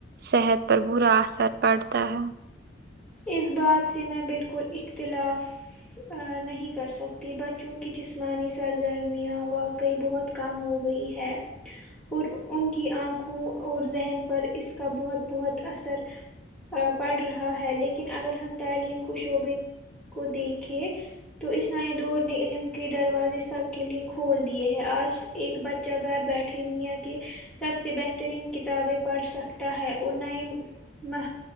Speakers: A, on the right; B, in the centre.
A: صحت پر برا اثر پڑتا ہے
B: اس بات سے میں بالکل اختلاف نہیں کر سکتی بچوں کی جسمانی سرگرمیاں واقعی بہت کم ہو گئی ہے اور ان کی آنکھوں اور ذہن پر اس کا بہت بہت اثر پڑھ رہا ہے لیکن اگر ہم تعلیم کو شعبے کو دیکھیں تو اس نئے دور نے علم کے دروازے سب کے لیے کھول دیے ہے آج ایک بچہ گھر بیٹھے دنیا کے سب سے بہترین کتابیں پڑھ سکتا ہے اور نئی نہ